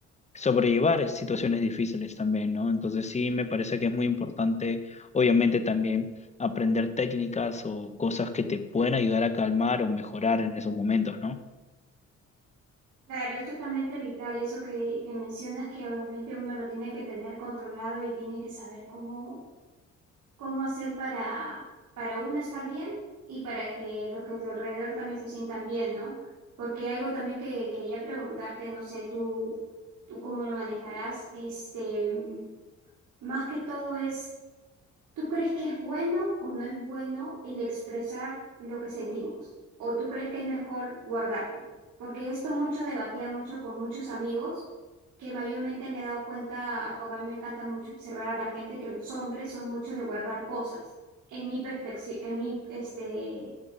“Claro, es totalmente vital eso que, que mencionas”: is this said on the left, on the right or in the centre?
Right